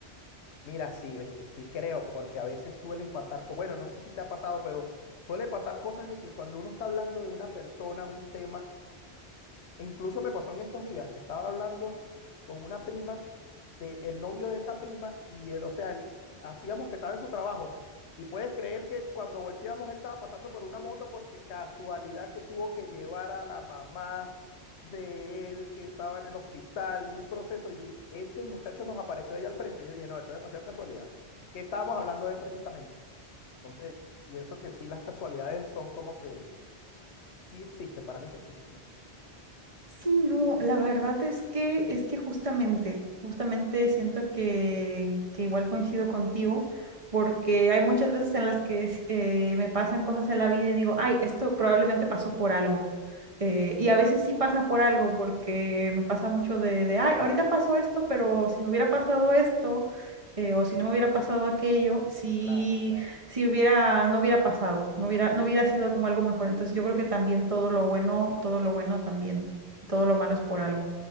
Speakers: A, on the left; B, on the right.
A: Mira, sí, viste, sí creo, porque a veces suelen pasar, co- bueno, no sé si te ha pasado, pero suele pasar cosas de que cuando uno está hablando de una persona, un tema, Incluso me pasó en estos días, estaba hablando con una prima de el novio de esa prima y él, o sea, él- hacíamos que estaba en su trabajo y puedes creer que cuando volteamos él estaba pasando por una moto porque casualidad que tuvo que llevar a la mamá de él que estaba en el hospital y un proceso y ese muchacho nos apareció ahí al frente. Yo dije, no, esto es demasiada casualidad. ¿Qué estábamos hablando de él precisamente? Entonces, pienso que sí, las casualidades son como que sí existen, para mí sí existen.
B: Sí, no, la verdad es que es que justamente, justamente siento que, que igual coincido contigo, porque hay muchas veces en las que eh, me pasan cosas en la vida y digo, ay, esto probablemente pasó por algo. Eh, y a veces sí pasa por algo, porque me pasa mucho de, de, ay, ahorita pasó esto, pero si me hubiera pasado esto, eh, o si no me hubiera pasado aquello, si,
A: Claro, claro.
B: si hubiera, no hubiera pasado, no hubiera, no hubiera sido como algo mejor. Entonces yo creo que también todo lo bueno, todo lo bueno también, todo lo malo es por algo.